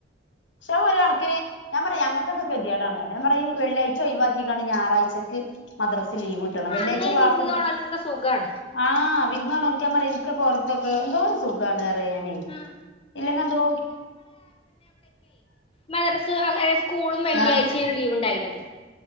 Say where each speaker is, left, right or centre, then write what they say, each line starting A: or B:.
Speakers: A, on the left; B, on the left.
A: ക്ഷെ ഒരണക്കിന് ഞാ പറയാ ഞങ്ങകൊക്കെ കെതിടാണ് ഞാ പറയു ഈ വെള്ളിയാഴ് ഒഴവാക്കിക്കാണ് ഞായറാഴ്ചക്ക് മദ്രസ് ലീവ് ട്കണം വെള്ളിയാഴ്ച
B: അന്നേ
A: ക്ലാസ്
B: വിരുന്നോണോൽക്കൊക്കെ
A: എട്കാ
B: സുഖാണ്
A: ആഹ് വിരുന്നൊണോക്കാ പറയും എൻക്ക് പോ ഓൽകെക്കെ എന്തോര് സുഖാണ്റയാ ഞാനെ
B: ആഹ്
A: ഇല്ലെങ്ക എന്തോ
B: മദ്റസും അ സ്കൂളും വെള്ളിയായ്ചാണ്
A: ആഹ്
B: ലീവ് ണ്ടായിര്ന്നത്